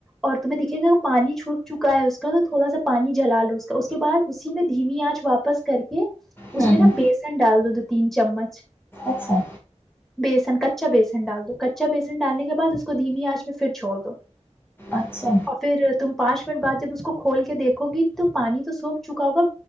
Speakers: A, in the centre; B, on the left (about 20°).
A: اور تمہیں دیکھیے گا پانی چھوٹ چکا ہے اس کا تو تھوڑا سا پانی جلا لو اس کا اس کے بد اس <unintelligible> دھیمی آنچ واپس کر کے اس
B: ہوں
A: میں نا بیسن ڈال دو دو تین چمچ
B: اچھا
A: بیسن کچا بیسن ڈال دو کچا بیسن ڈالنے کے بعد اس کو دھیمی آنچ میں پھر چھوڑ دو <unintelligible>
B: اچھا
A: اور پھر تم <unintelligible> پانچ منٹ بعد جب اس کو کھول کے دیکھو گی تو پانی تو سوپ <unintelligible> چکا ہوگا